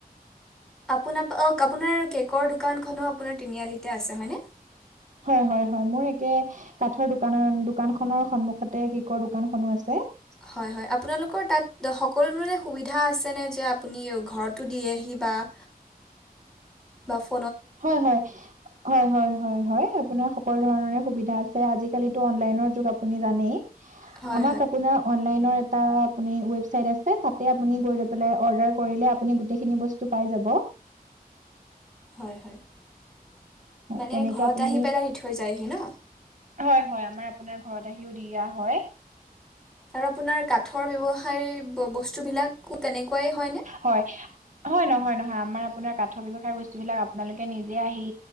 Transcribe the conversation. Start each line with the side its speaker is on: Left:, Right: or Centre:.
Centre: আপোনাক অ আপোনাৰ কেকৰ দোকান খনো তিনিআলিতে আছে ন।
Right: হয় হয় হয় মোৰ একে কাঠৰ দোকানৰ দোকানখনৰ সন্মুখতে কেকৰ দোকানখনো আছে।
Centre: হয় হয় আপোনালোকৰ তাত সকলো ধৰণে সুবিধা আছে নে যে আপুনি ঘৰতো দিয়ে হি বা অ
Right: <inaudible>
Centre: বফ
Right: হয় হয় হয় হয় হয় হয় আপোনাৰ সকলো ধৰণৰে সুবিধা আছে, আজিকালি টো অনলাইনৰ যুগ আপুনি জানেই
Centre: হয়
Right: আমাক
Centre: হয়
Right: অপোনাৰ অন নহয় নহয়, তাত আপুনি ৱেবচাইট আছে, তাতেই আপুনি গৈ পেলাই অৰ্দাৰ কৰিলে আপুনি গোটেইখিনি বস্তু পাই যাব
Centre: <inaudible>
Right: হয়
Centre: মানে
Right: তেনেকে
Centre: ঘৰত
Right: আপুনি,
Centre: আহি পেলাই দি থৈ যায়হি ন
Right: হয় হয়, আমাৰ আপোনাৰ ঘৰত আহিও দিয়া হয়।
Centre: আৰু আপোনাৰ কাঠৰ ব্যয়ৱসায় বস্তু বিলাকো তেনেকুৱাই হয় ন?
Right: হয়। হয়। নহয় নহয় আমাৰ আপোনাৰ কাঠৰ ব্যয়ৱসায় বস্তু বিলাক আপোনালোকে নিজে আহি